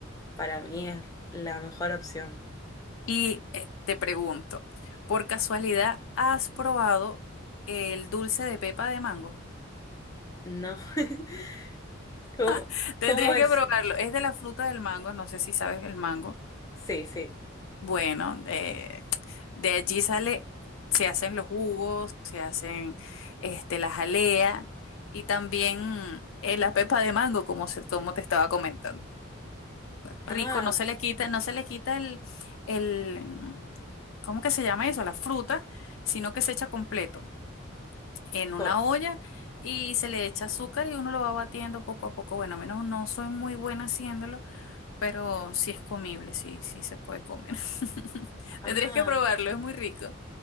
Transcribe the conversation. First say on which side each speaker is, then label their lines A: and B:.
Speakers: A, on the left; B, on the left.
A: para mí es la mejor opción.
B: Y eh, te pregunto, ¿por casualidad has probado el dulce de pepa de mango?
A: No, <laughs> ¿cómo,
B: <laughs> Tendrías
A: cómo es?
B: que probarlo. Es de la fruta del mango, no sé si sabes el mango.
A: Sí, sí.
B: Bueno, eh, de allí sale, se hacen los jugos, se hacen este, la jalea y también eh, la pepa de mango, como, se, como te estaba comentando. Rico,
A: Ah,
B: no se le quita, no se le quita el, el, mm, ¿cómo que se llama eso? La fruta, sino que se echa completo en una
A: co-
B: olla y se le echa azúcar y uno lo va batiendo poco a poco. Bueno, a menos no no soy muy buena haciéndolo pero sí es comible, sí, sí se puede comer. <laughs>
A: ah,
B: Tendrías que probarlo, es muy rico.